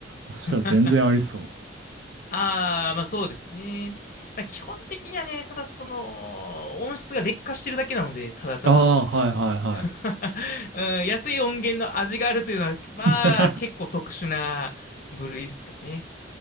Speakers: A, on the right; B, on the left.
A: そしたら全然ありそう。
B: <laughs> ああ、まあそうですね。まあ、基本的にはね、ただその、音質が劣化してるだけなので、ただただ。
A: ああ、はいはい
B: <laughs> うん、安い音源の味があるというのは、まあ結構特殊な部類ですかね。
A: は